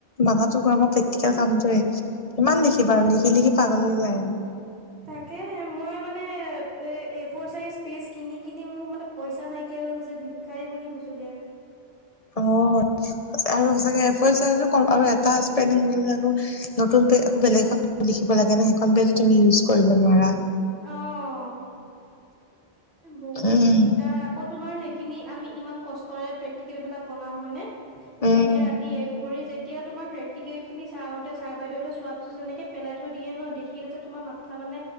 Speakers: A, on the left (about 35°); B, on the right (about 65°).
A: মাথাটো গৰম হয় প্ৰেক্টিকেল কামটোয়ে, কিমান লিখি বা আৰু লিখি লিখি পাগল হৈ যায় আৰু।
B: তাকেহে মই মানে এ ফৰ চাইচ পেচ কিনি কিনি মোৰ মানে পইচা নাইকিয়া হৈ গৈছে। ভিক্ষ- খাৰি বনি গৈছো গে।
A: অঁ আৰু সচাকে এ ফোৰ চাইজো কম আৰু এটা স্পেনিং ভুল হ'লে আকৌ- নতুন পেজ আকৌ বেলেগ এখন পেজত লিখিব লাগে ন সেইখন পেজো তুমি ইউজ কৰিব নোৱাৰা।
B: অঁ' এ বহুত
A: উম,
B: দিগদাৰ আক- কৌ তোমাৰ সেইখিনি আমি ইমান কষ্টৰে পেক্তিকেল বিলাক বনাও হয় নে-
A: উম,
B: দিনে ৰাতি এক কৰি যেতিয়া তোমাৰ প্ৰেক্টিকেল খিনি চাহতে ছাৰ বাইদেউ হতে চোৱা পিছত যেনেকে- পেলাই থৈ দিয়ে ন' দেখি তাতে তোমাৰ মাথা মানে,